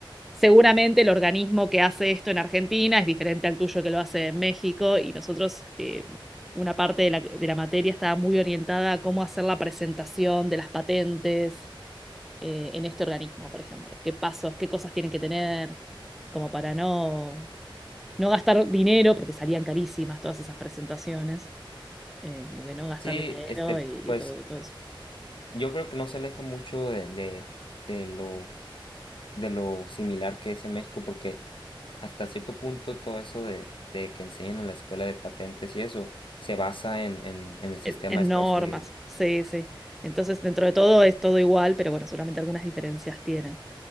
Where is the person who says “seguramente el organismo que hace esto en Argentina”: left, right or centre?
Centre